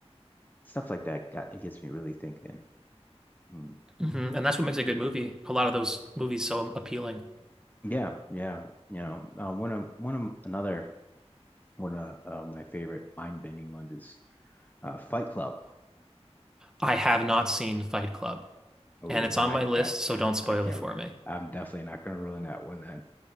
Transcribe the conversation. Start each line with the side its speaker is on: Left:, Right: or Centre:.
Left: Stuff like that got, it gets me really thinking. Hmm.
Centre: hmm And that's what makes a good movie. A lot of those movies so appealing.
Left: Yeah. Yeah. You know, uh, one of, one of another, one of uh, my favorite mind-bending ones is uh, Fight Club.
Centre: I have not seen Fight Club,
Left: Oh,
Centre: and it's
Left: then
Centre: on
Left: I,
Centre: my list,
Left: I
Centre: so don't spoil
Left: I can't
Centre: it for
Left: ruin
Centre: me.
Left: it. I'm definitely not gonna ruin that one then.